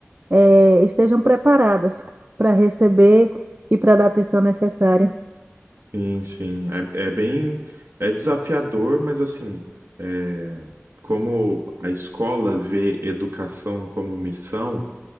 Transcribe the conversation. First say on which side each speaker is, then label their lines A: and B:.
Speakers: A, on the right (about 40°); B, on the right (about 65°).
A: eh, estejam preparadas para receber e para dar a atenção necessária.
B: Sim, sim. É, é bem, é desafiador, mas assim, é, como a escola vê educação como missão,